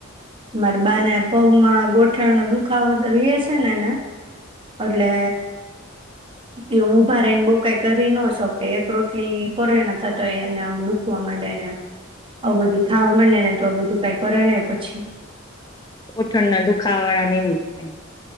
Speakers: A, on the right (about 25°); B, on the left (about 20°).
A: મારે બાને પગમાં ગોઠણનો દુખાવો તો રયે સે ને એને. અટલે એ ઉભા રહીને બઉ કાઈ કરી ન શકે, એક રોટલી કરે ને ત્યા તો એને આમ દુખવા મંડે ને આવું બધું થાવા મંડે ને તો બધું કાઈ કરે નહી પછી.
B: ગોઠણના દુખાવા વાળા ને એવું જ થાય.